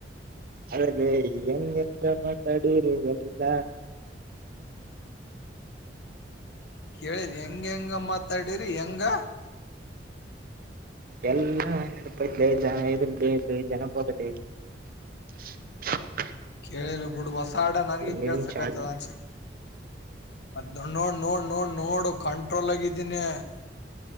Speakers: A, on the right; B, on the left.
A: ಅದ ಹೆಂಗೆ ಮಾತಡೂರುಲ್ಲ
B: ಕೇಳ ಹೆಂಗ ಹೆಂಗ ಮಾತಾಡರಿ ಹೆಂಗ..
A: ಎಲ್ಲ ನೆಪತ್ ಜನ ಎ್ರ್ದ ಇ ಜನಪೋದಲ್ಲಿ <unintelligible>
B: ಕೇಳಿಲ್ಲ ಬಿಡು ಹೊಸ ಆಡ ನನ್ಗೆ
A: ನಿಮ್
B: ಕೇಳಸಕಾಯ್ತದ
A: ಚಾರ್ಜ್
B: ಅನ್ಸತಿ ಮ್ ನೋಡ್ ನೋಡ್ ನೋಡ್ ನೋಡು ಕಂಟ್ರೋಲ್ ಆಗಿದ್ದೀನಿ